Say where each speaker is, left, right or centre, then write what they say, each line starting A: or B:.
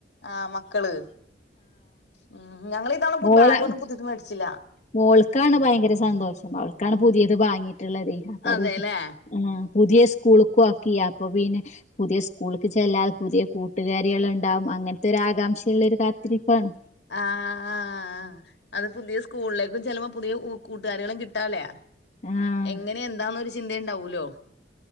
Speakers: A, on the left (about 75°); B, on the left (about 40°).
A: ആഹ് മക്കള് ഉം ഞങ്ങള് ഇതാണ്
B: മോളെ
A: ബാഗൊന്നും പുത്യേത് മേടിച്ചില്ല
B: മോൾക്കാണ് ഭയങ്കര സന്തോഷം അവൾക്കാണ് പുതിയത് വാങ്ങിട്ട്ള്ളതേ അപ്പത്
A: അതേല്ലേ
B: ആഹ് പുതിയ സ്കൂൾക്കു ആക്കി അപ്പൊ പിന്നെ പുതിയ സ്കൂൾക്ക് ചെല്ലാതെ പുതിയ കൂട്ടുകാരികൾ ണ്ടാവും അങ്ങൻത്തൊരു ആകാംക്ഷയുള്ളൊരു കാത്തിരിപ്പാണ്
A: ആഹ് അത് പുതിയ സ്കൂളിലേക്കും ചെൽപ്പോ പുതിയ കൂട്ടുകാരികളും കിട്ടാള്ള്യ
B: ആഹ്
A: എങ്ങനെ എന്താന്നോരു ചിന്തണ്ടാവൂലോ